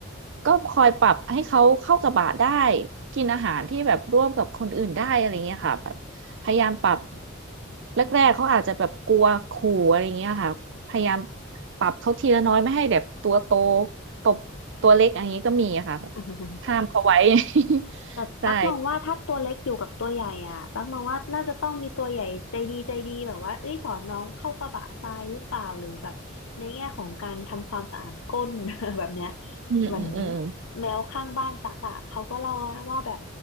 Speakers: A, on the right (about 60°); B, on the left (about 85°).
A: ก็คอยปรับให้เขาเข้ากับบะได้กินอาหารที่แบบร่วมกับคนอื่นได้อะไรเงี้ยค่ะแบบพยายามปรับแรกๆเขาอาจจะแบบกลัวขู่อะไรเงี้ยค่ะพยายามปรับเขาทีละน้อยไม่ให้แบบตัวโตตบตัวเล็กอันนี้ก็มีอะค่ะแบบ
B: <laughs>
A: ห้ามเขาไว้ <laughs>
B: แต่ตั๊กมองว่าถ้าตัวเล็กอยู่กับตัวใหญ่อ่ะตั๊กมองว่าน่าจะต้องมีตัวใหญ่ใจดีใจดีแบบว่าเอ้ยสอนน้องเข้ากระบะทรายหรือเปล่าหรือแบบในแง่ของการทำความสะอาดก้น
A: ใช่
B: <laughs> แบบเนี้ย
A: อืมอืมอืม
B: เหมือนแมวข้างบ้านตั๊กอ่ะเขาก็เล่าว่าแบบ